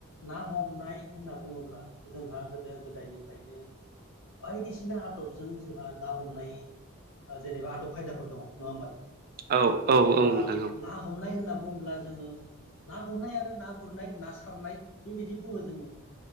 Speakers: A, on the left; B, on the right.
A: ना हमनाय होनना बुङोब्ला जोंहा गोदो गोदायनिफ्रायनो बायदिसिना आदबजों जोंहा ना हमनाय ओ जेनेबा आदब खायदाफोर दङ नङा होमबा नोंथां
B: औ औ औ
A: दा
B: नोंथां औ
A: ना हमनाय होनना बुंब्ला जोङो ना हमनाय आरो ना गुरनाय ना सारनाय बेबायदि बुङो जोङो